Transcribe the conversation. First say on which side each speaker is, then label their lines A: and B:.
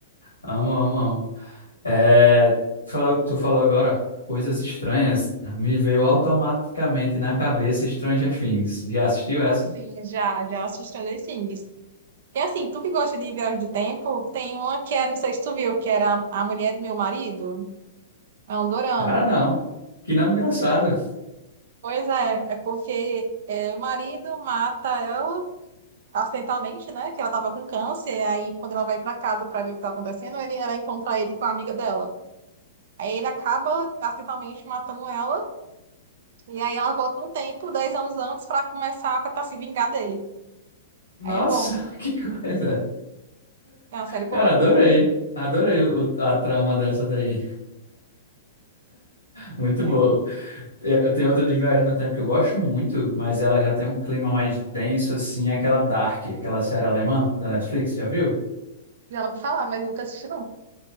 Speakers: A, on the left; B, on the right.
A: Amo, amo, amo. É, fala- tu falou agora coisas estranhas. Me veio automaticamente na cabeça Stranger Things. Já assistiu essa?
B: Assim, já, já assisti Stranger Things. E assim, tu que gosta de viagem de tempo, tem uma que é, não sei se tu viu, que era A Mulher do Meu Marido. É um dorama.
A: Cara, não. Que nome engraçado.
B: Pois é, é porque é, o marido mata ela acidentalmente, né? Que ela tava com câncer. Aí, quando ela vai pra casa pra ver o que tá acontecendo, ele, ela encontra ele com a amiga dela. Aí ele acaba acidentalmente matando ela. E aí ela volta no tempo, 10 anos antes, pra começar a tentar se vingar dele.
A: Nossa,
B: Aí é bom.
A: <laughs> que coisa.
B: É uma série boa.
A: Cara, adorei. Adorei o- a trama dessa daí. Muito
B: É.
A: boa. Eu tenho outra de Viagem no Tempo que eu gosto muito, mas ela já tem um clima mais denso, assim, aquela Dark, aquela série alemã da Netflix, já viu?
B: Já vou falar, mas nunca assisti, não.